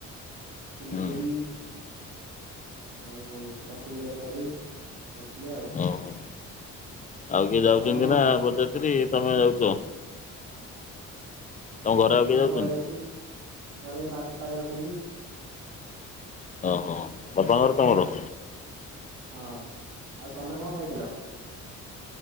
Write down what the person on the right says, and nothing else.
ଚିଲି
କୋବି ଆଉ ଛତୁ ତରକାରୀ ଖାଇଥିଲି ଆଉ।
ତମେ କଣ
ଖାଇଛ?
ହଁ
ବରଯାତ୍ରୀ ଘରେ ବାମ୍ପା ଯାଉଛନ୍ତି।
ହଁ, ଆଉ ତମେ କଁ ଖାଇଥିଲ?